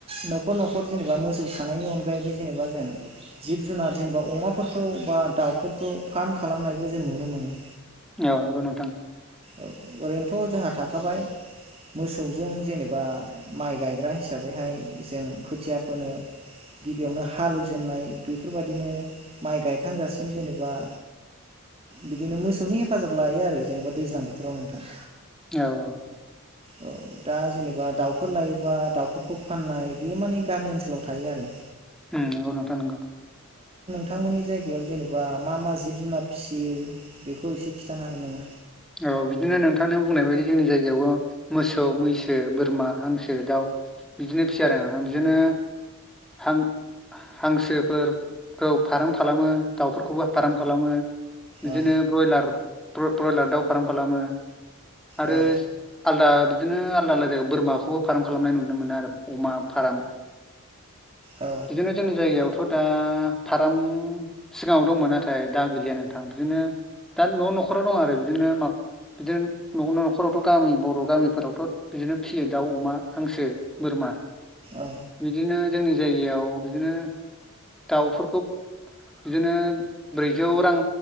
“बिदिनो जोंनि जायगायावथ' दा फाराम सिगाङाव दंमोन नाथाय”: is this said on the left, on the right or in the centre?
Centre